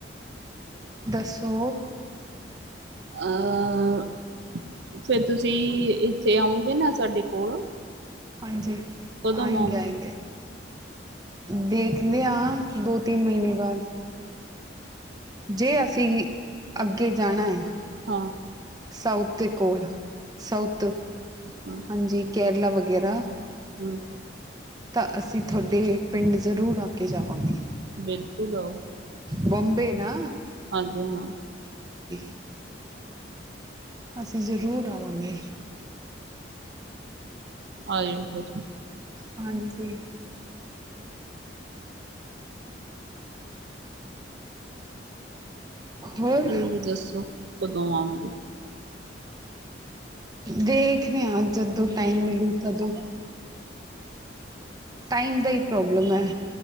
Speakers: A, on the right; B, on the right.
A: ਦੱਸੋ।
B: ਅਹ ਫਿਰ ਤੁਸੀਂ ਇੱਥੇ ਆਉਗੇ ਨਾ ਸਾਡੇ ਕੋਲ
A: ਹਾਂਜੀ
B: ਕਦੋਂ
A: ਆਏਂਗੇ
B: ਆਓਗੇ
A: ਆਏਂਗੇ ਦੇਖਦੇ ਹ ਦੋ ਤਿੰਨ ਮਹੀਨੇ ਬਾਅਦ ਜੇ ਅਸੀਂ ਅੱਗੇ ਜਾਣਾ ਹੈ
B: ਹਾਂ
A: ਸਾਊਥ ਦੇ ਕੋਲ ਸਾਊਥ
B: ਹਾਂ
A: ਹਾਂਜੀ ਕੇਰਲਾ ਵਗੈਰਾ
B: ਹਮ
A: ਤਾਂ ਅਸੀਂ ਤੁਹਾਡੇ ਪਿੰਡ ਜ਼ਰੂਰ ਆ ਕੇ ਜਾਵਾਂਗੇ
B: ਬਿਲਕੁਲ ਆਉ
A: ਬੌਬੇ ਨਾ
B: ਹਾਂਜੀ ਹਾਂ
A: <unintelligible> ਅਸੀਂ ਜ਼ਰੂਰ ਆਵਾਂਗੇ।
B: ਆਇਓ ਫਿਰ
A: ਹਾਂਜੀ ਹੋਰ
B: ਮੈਨੂੰ ਵੀ ਦੱਸੋ ਕਦੋਂ ਆਵਗੇ।
A: ਦੇਖ ਰਹੇ ਆ ਜਦੋਂ ਟਾਈਮ ਮਿਲੂ ਤਦੋਂ ਟਾਈਮ ਦਾ ਹੀ ਪ੍ਰੋਬਲਮ ਹੈ।